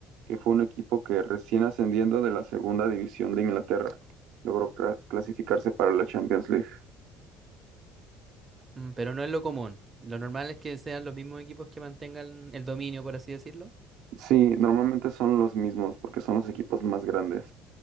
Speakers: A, on the right; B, on the right.
A: que fue un equipo que recién ascendiendo de la segunda división de Inglaterra logró cla- clasificarse para la Champions League.
B: Mm, pero no es lo común. Lo normal es que sean los mismos equipos que mantengan el dominio, por así decirlo.
A: Sí, normalmente son los mismos porque son los equipos más grandes.